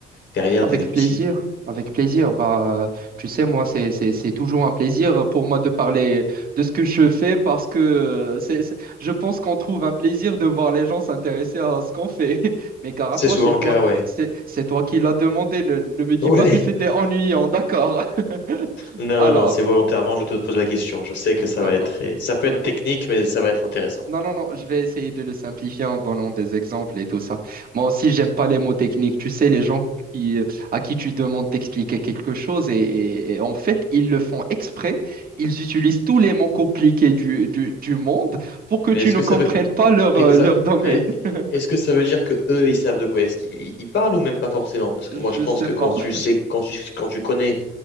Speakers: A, on the left; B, on the right.
A: derrière
B: Avec
A: des outils.
B: plaisir, avec plaisir. Bah, euh, tu sais, moi, c'est, c'est, c'est toujours un plaisir pour moi de parler de ce que je fais parce que euh, c'est, c'est- je pense qu'on trouve un plaisir de voir les gens s'intéresser à ce qu'on fait. <laughs> Mais gare
A: C'est
B: à toi,
A: souvent
B: c'est
A: le
B: toi,
A: cas, ouais.
B: c'est, c'est toi qui l'as demandé. Ne, ne me dis
A: Oui.
B: pas que c'était ennuyant, d'accord? <laughs>
A: Non,
B: Alors,
A: non, non, c'est volontairement, je te pose la question. Je sais que ça
B: d'accord.
A: va être très... ça peut
B: Ouais.
A: être technique, mais ça va être intéressant.
B: Non, non, non, je vais essayer de le simplifier en donnant des exemples et tout ça. Moi aussi, j'aime pas les mots techniques. Tu sais, les gens qui, euh, à qui tu demandes d'expliquer quelque chose et, et- et en fait, ils le font exprès. Ils utilisent tous les mots compliqués du, du, du monde pour que
A: Mais
B: tu
A: est-ce
B: ne
A: que
B: comprennes
A: ça veut
B: pas leur,
A: exact
B: euh, leur domaine.
A: mais
B: <laughs>
A: est-ce que ça veut dire que eux, ils savent de quoi est-ce qu'ils ils parlent ou même pas forcément? Parce
B: Je
A: que moi, je pense
B: sais
A: que
B: pas.
A: quand tu sais, quand tu, quand tu connais